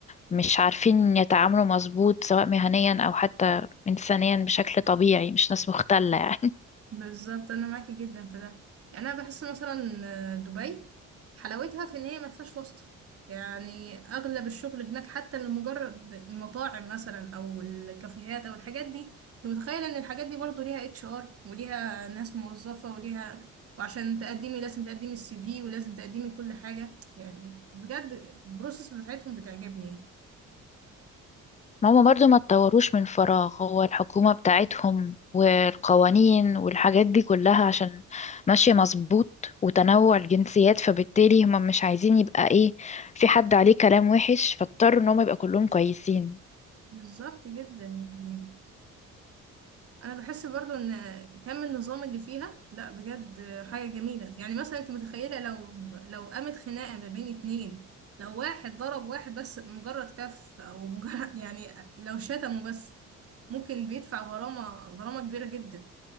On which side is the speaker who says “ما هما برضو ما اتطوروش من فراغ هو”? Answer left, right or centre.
Left